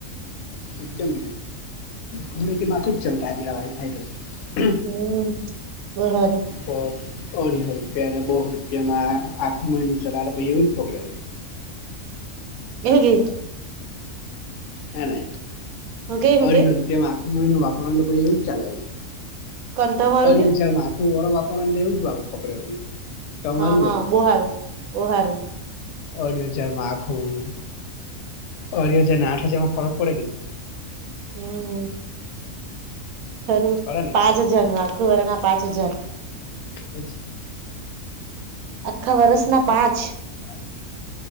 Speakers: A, on the left (about 65°); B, on the right (about 85°).
A: એકદમ ઘોડે કે માફિક ચાલતા હે મેરા વાાઈફાઈ તો.
B: હમ વધારે.
A: તો અઢીહો રૂપિયા અને બોહો રૂપિયામાં આખું મહિનું ચલાવે તો એવજ પકડે.
B: એહુ કે.
A: હે ને
B: હું ગઈ હું
A: અઢીસો
B: ગઈ
A: રૂપિયામાં આખું મહીનો વાપરવા ન તો પહી એવું જ ચાલે પહી.
B: કંઠા મારું
A: અઢી
B: ગઈ
A: હજારમાં આખું વરહ વાપરવા તો એવું જ આવ પકડે. તમારું
B: હા હા બો હારુ બો હારુ.
A: અઢી હજાર મા આખું અઢી હજાર ને આઠ હજારમાં ફરક પડે કે ન
B: હમ ખરું
A: પડે ને
B: પાંચ હજાર નું આખું વરા ના પાંચ હજાર.
A: <unintelligible>
B: આખા વર્ષ
A: હમ,
B: ના પાંચ
A: બહુ આવે.